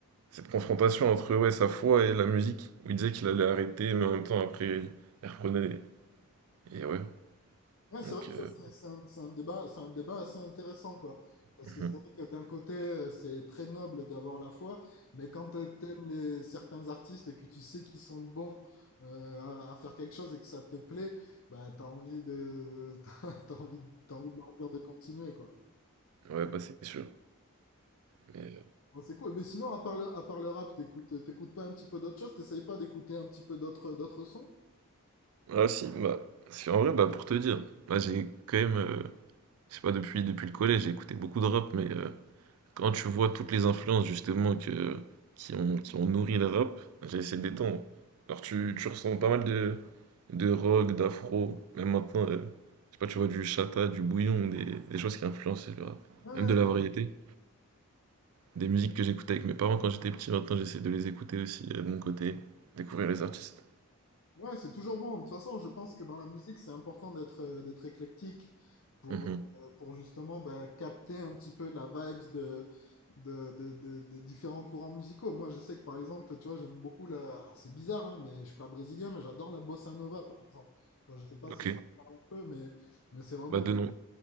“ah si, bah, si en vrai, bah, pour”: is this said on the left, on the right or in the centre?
Right